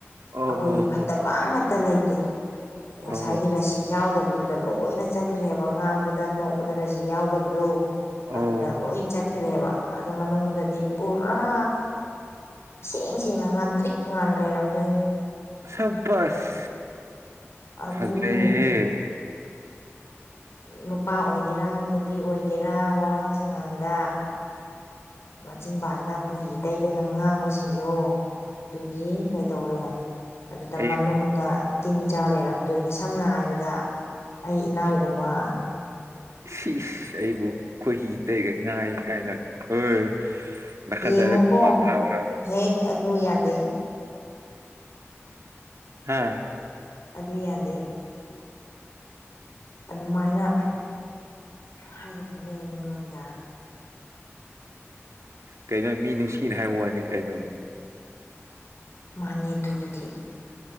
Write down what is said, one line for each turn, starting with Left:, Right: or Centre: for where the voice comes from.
Right: ꯑꯣ
Left: ꯑꯩꯈꯣꯏꯗꯤ
Right: ꯑꯣ
Left: ꯐꯠꯇꯕ ꯑꯃꯠꯇ ꯂꯩꯇꯦ ꯉꯁꯥꯏꯒꯤ
Right: ꯑꯣ
Left: ꯔꯁꯤ ꯌꯥꯎꯗꯕꯗꯨꯗ ꯂꯣꯏꯅ ꯆꯠꯈ꯭ꯔꯦꯕ ꯉꯥꯡꯕꯗ ꯅꯣꯛꯄꯗ ꯔꯁꯤ ꯌꯥꯎꯗꯕꯗꯣ
Right: ꯑꯣ
Left: ꯑꯗꯨꯗ ꯂꯣꯏ ꯆꯠꯈ꯭ꯔꯦꯕ ꯑꯗꯨ ꯃꯅꯨꯡꯗꯗꯤ ꯄꯨꯔꯥ ꯏꯁꯦꯡ ꯁꯦꯡꯅ ꯉꯥꯟꯇ꯭ꯔꯤꯛ ꯉꯥꯅ ꯂꯩꯔꯝꯗꯣꯏꯅꯤ
Right: ꯁꯕꯁ
Left: ꯑꯗꯨꯅꯤꯅꯦ
Right: ꯐꯖꯩꯌꯦ
Left: ꯅꯨꯄꯥ ꯑꯣꯏꯒꯦꯔꯥ ꯅꯨꯄꯤ ꯑꯣꯏꯒꯦꯔꯥ ꯋꯥꯉꯥꯡ ꯁꯉꯥꯡꯗ ꯃꯆꯤꯟ ꯄꯗ ꯈꯈꯣꯏꯍꯤ ꯇꯩꯔꯒ ꯉꯥꯡꯕꯁꯤꯡꯗꯣ ꯑꯗꯨꯗꯤ ꯀꯩꯗꯧꯔꯦ ꯑꯗꯨꯗ
Right: ꯑꯩ
Left: ꯃꯅꯨꯡꯗ ꯇꯤꯟ ꯆꯥ ꯂꯩꯔꯝꯗꯣꯏꯅꯤ ꯁꯝꯅ ꯍꯥꯏꯔꯕꯗ ꯑꯩ ꯏꯅꯥꯎꯒꯨꯝꯕ
Right: ꯁꯤ ꯑꯩꯕꯨ ꯈꯣꯏꯍꯤ ꯇꯩꯒ ꯉꯥꯏ ꯀꯥꯏꯅ ꯍꯣꯏ ꯃꯈꯥꯖꯥꯏꯗꯨꯗꯥ
Left: ꯌꯦꯡꯉꯨꯀꯣ
Right: ꯈꯨꯄꯥꯛꯅꯥ ꯊꯥꯎꯔꯥ
Left: ꯍꯦꯛ ꯑꯗꯨ ꯌꯥꯗꯦ
Right: ꯍꯥꯥ
Left: ꯑꯗꯨ ꯌꯥꯗꯦ ꯑꯗꯨꯃꯥꯏꯅ ꯍꯥꯏꯒꯅꯨꯅꯦ ꯃꯤꯉꯣꯟꯗ
Right: ꯀꯩꯅꯣ ꯃꯤ ꯅꯨꯡꯁꯤꯅ ꯍꯥꯏꯕ ꯋꯥꯅꯤ ꯀꯩꯅꯣ
Left: ꯃꯥꯥꯅꯦ ꯑꯗꯨꯕꯨꯗꯤ